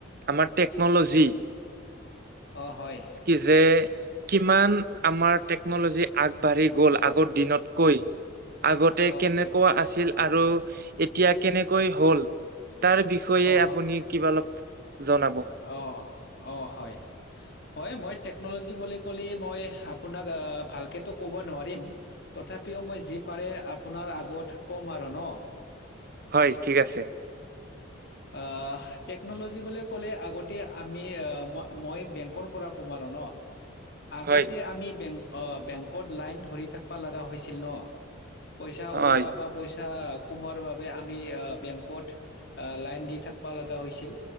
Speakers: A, on the right (about 50°); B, on the left (about 55°).
A: আমাত- টেকন'লজী
B: অঁ হয়
A: কি যে- কিমান আমাৰ টেকনলজি আগবাঢ়ি গল আগৰ দিনতকৈ- আগতে
B: অ
A: কেনেকুৱা
B: হয়
A: আছিল আৰু এতিয়া কেনেকৈ হল- তাৰ বিষয়ে
B: অ
A: আপুনি কিবা অলপ জনাব-
B: অঁ অঁ হয়ঁ হয় মই টেকনলজি বুলি কলে মই আপোনাক আহ ভালকেতো কব নোৱাৰিম। তথাপিও মই যি পাৰে আপোনাৰ আগত কম আৰু ন।
A: হয় ঠিক আছে।
B: আহঁ টেকনলজি বুলি। ক'লে আগতে আমি মই বেংকৰ পৰা কম আৰু ন। আগতে
A: হয়
B: আমি বেংক অঁ বেংকত লাইন ধৰি থাকি বা লাগা হৈছিল ন। পইচা
A: হয়
B: ওলোৱা বা পইচা- সোমোৱাৰ বাবে আমি আহ বেংকত লাইন দি থাকবা লগা হৈছিল।